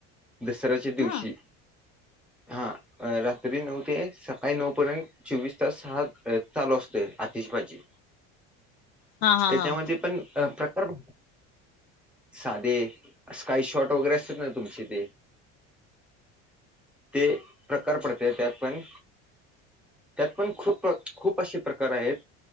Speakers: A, in the centre; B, on the left.
A: दसऱ्याच्या दिवशी
B: हा
A: हा. अ रात्री नऊ ते, सकाळी नऊ पर्यंत, चोवीस तास हा चालू असतोय, आतिशबाजी.
B: हा हा हा
A: तेच्यामध्ये पण प्रकार साधे, स्काय शॉट वगैरे असतात ना तुमचे ते ते प्रकार पडत्यात पण त्यात पण, खूप खूप असे प्रकार आहेत.